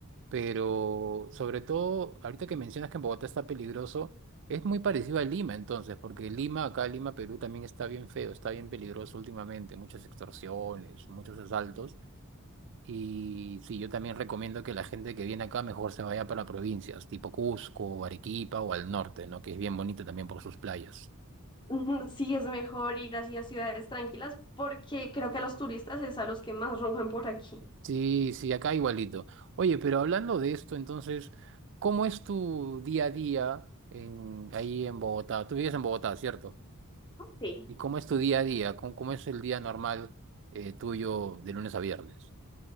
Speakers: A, on the right (about 55°); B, on the left (about 20°).
A: Pero sobre todo, ahorita que mencionas que en Bogotá está peligroso, es muy parecido a Lima entonces, porque Lima, acá Lima, Perú también está bien feo, está bien peligroso últimamente, muchas extorsiones, muchos asaltos. Y sí, yo también recomiendo que la gente que viene acá mejor se vaya para provincias, tipo Cusco, Arequipa o al norte, ¿no? Que es bien bonito también por sus playas.
B: <laughs> Ujú, Sí, es mejor ir hacia ciudades tranquilas porque creo que a los turistas es a los que más roban por aquí.
A: Sí, sí, acá igualito. Oye, pero hablando de esto, entonces, ¿cómo es tu día a día en, ahí en Bogotá? Tú vives en Bogotá, ¿cierto?
B: Sí.
A: ¿Y cómo es tu día a día? ¿Cómo, cómo es el día normal eh, tuyo de lunes a viernes?